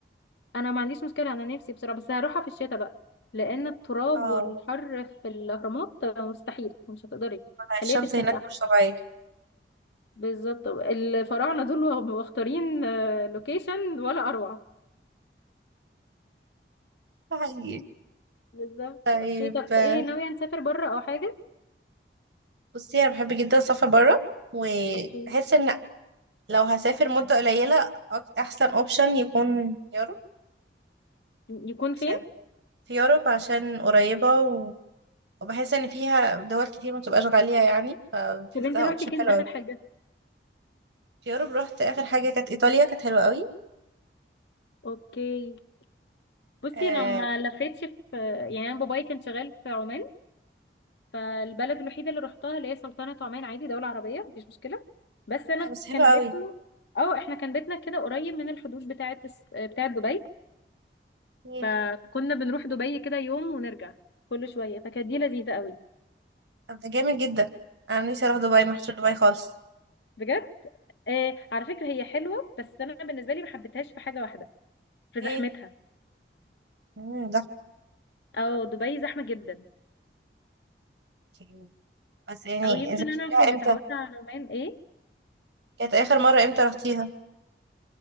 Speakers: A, on the left (about 75°); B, on the right (about 80°).
A: انا ما عنديش مشكله انا نفسي بصراحه بس هروحها في الشتاء بقى لان التراب
B: اه
A: والحر في الاهرامات آه، مستحيل مش هتقدري
B: الشمس
A: خليها في الشتاء
B: هناك
A: احسن
B: مش طبيعية
A: بالظبط الفراعنه دول وهم مختارين آه، لوكيشن ولا اروع
B: ده حقيقي
A: بالظبط
B: طيب
A: اوكي طب
B: آه،
A: ايه ناويه نسافر بره او حاجه
B: بصي أنا بحب جدا السفر برا وبحس
A: اوكي
B: إن لو هسافر مدة قليلة أك- أحسن أوبشن يكون يوروب
A: يكون
B: عشان
A: فين
B: في يوروب عشان قريبة و... وبحس إن فيها دول كتير متبقاش غالية يعني فبحسها
A: طب انت رحتي
B: أوبشن
A: فين
B: حلو
A: اخر
B: أوي
A: حاجه
B: في يوروب رحت آخر حاجة كانت إيطاليا كانت حلوة أوي
A: اوكي بصي
B: آه...
A: انا ما لفيتش في يعني انا بابايا كان شغال في عمان فالبلد الوحيده اللي رحتها اللي هي سلطنه عمان عادي دوله عربيه مفيش مشكله بس انا
B: لا بس حلوة
A: كان
B: أوي
A: بيتنا اه احنا كان بيتنا كده قريب من الحدود بتاعه الس- بتاعه دبي
B: ايه
A: فكنا بنروح دبي كده يوم ونرجع كل شويه فكانت دي لذيذه قوي
B: طب ده جامد جدا أنا نفسي أروح دبي محشور دبي خالص
A: بجد آه على فكره هي حلوه بس انا بالنسبه لي ما حبيتهاش في حاجه واحده في
B: ايه
A: زحمتها
B: امم
A: او دبي زحمه جدا
B: زحمة بس يعني
A: او يمكن
B: انت بتشتريها
A: انا عشان
B: امتى
A: متعوده على عمان ايه
B: كانت اخر مرة امتى رحتيها